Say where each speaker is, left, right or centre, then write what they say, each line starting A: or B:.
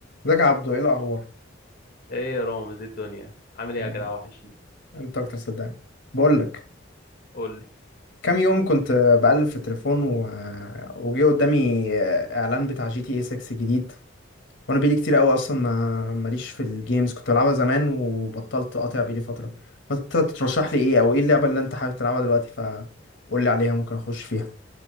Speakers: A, on the left; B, on the left.
A: ازيك يا عبدو ايه الاخبار
B: ايه يا رامز ايه الدنيا عامل ايه
A: الحمد
B: يا جدع
A: لله
B: وحشني
A: انت اكتر صدقني بقول لك
B: قول لي
A: كام يوم كنت بقلب في التليفون و... وجه قدامي اعلان بتاع جي تي اي 6 جديد وانا بقالي كتير قوي اصلا ما ماليش في الجيمز كنت بلعبها زمان وبطلت قاطع بقالي فتره فانت ترشح لي ايه او ايه اللعبه اللي انت حابب تلعبها دلوقتي فقول لي عليها ممكن اخش فيها